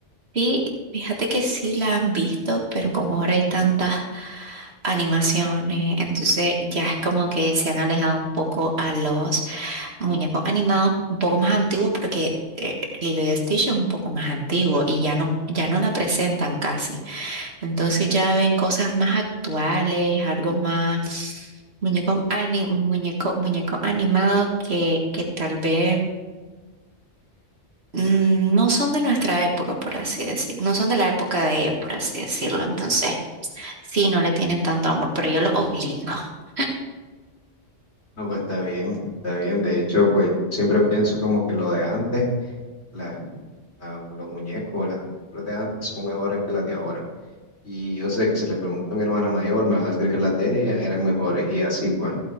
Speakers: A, on the right; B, on the left.
A: Sí, fíjate que sí la han visto, pero como ahora hay tantas animaciones, entonces ya es como que se han alejado un poco a los muñecos animados un poco más antiguos porque eh, Lilo y Stitch es un poco más antiguo y ya no, ya no la presentan casi. Entonces ya ven cosas más actuales, algo más muñecos ani- muñeco, muñecos animados que, que tal vez mm, no son de nuestra época, por así decir, no son de la época de ellos, por así decirlo. Entonces, sí, no le tienen tanto amor, pero yo lo obligo. <laughs>
B: No, pues está bien, está bien. De hecho, pues siempre pienso como que lo de antes, la- la- los muñecos, las caricaturas de antes son mejores que las de ahora. Y yo sé que si le pregunto a mi hermana mayor, me va a decir que las de ella eran mejores y así pues.